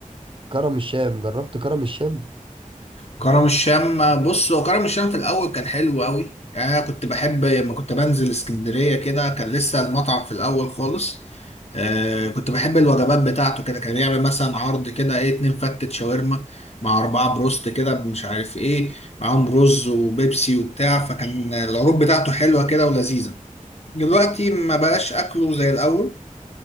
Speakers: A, on the right; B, on the left.
A: كرم الشام جربت كرم الشام
B: كرم الشام بص هو كرم الشام في الاول كان حلو قوي يعني انا كنت بحب لما كنت بنزل اسكندريه كده كان لسه المطعم في الاول خالص آه كنت بحب الوجبات بتاعته كده كان يعمل مثلا عرض كده ايه اتنين فتة شاورما مع اربعه بروست كده مش عارف ايه معاهم رز وبيبسي وبتاع فكان العروض بتاعته حلوه كده ولذيذه دلوقتي ما بقاش اكله زي الاول